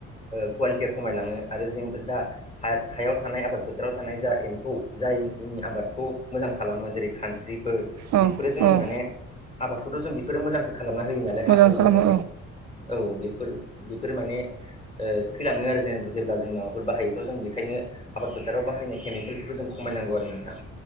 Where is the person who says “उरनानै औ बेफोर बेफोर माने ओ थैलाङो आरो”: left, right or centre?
Left